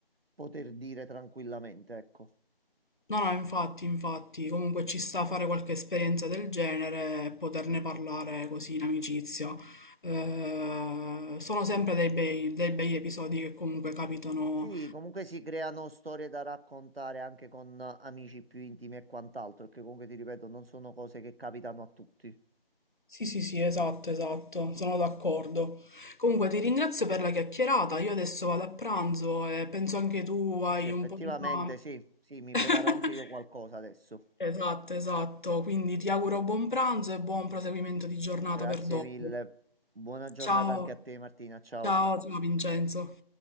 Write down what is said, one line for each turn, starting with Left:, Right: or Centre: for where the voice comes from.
Right: poter dire tranquillamente, ecco.
Left: No, no, infatti, infatti, comunque ci sta a fare qualche esperienza del genere e poterne parlare così in amicizia. Eh, sono sempre dei bei, dei bei episodi che comunque capitano.
Right: Sì, comunque si creano storie da raccontare anche con amici più intimi e quant'altro, che comunque ti ripeto, non sono cose che capitano a tutti.
Left: Sì, sì, sì, esatto, esatto, sono d'accordo. Comunque ti ringrazio per la chiacchierata, io adesso vado a pranzo e penso anche tu hai
Right: Eh sì, effettivamente
Left: un po' di fame.
Right: sì, sì, mi
Left: <laughs>
Right: preparo anche io qualcosa adesso.
Left: Esatto, esatto, quindi ti auguro buon pranzo e buon proseguimento di giornata
Right: Grazie
Left: per dopo.
Right: mille. Buona giornata
Left: Ciao,
Right: anche a te, Martina. Ciao.
Left: ciao, ciao Vincenzo.